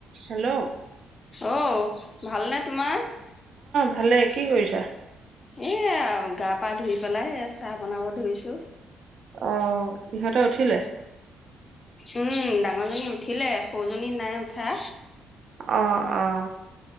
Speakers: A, on the right (about 60°); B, on the left (about 35°).
A: Hello.
B: অ ভালনে তোমাৰ?
A: ভালেই। কি কৰিছা?
B: এইয়া গা পা ধুই পেলাই এ চাহ বনাব ধৰিছো।
A: অ ইহঁতে উঠিলে?
B: উম, ডাঙৰ জনী উঠিলে সৰুজনী নাই উঠা।
A: অ, অ